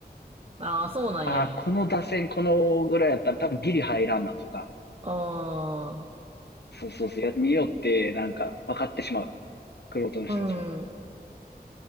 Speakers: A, on the right (about 35°); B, on the left (about 80°).
A: ああ、そうなんや。
B: あこの打線、このぐらいやったら多分ギリ入らんなとか、
A: ああ、
B: そうそうそう、や見よってなんか分かってしまう。玄人の人たちは。
A: うん。
B: だ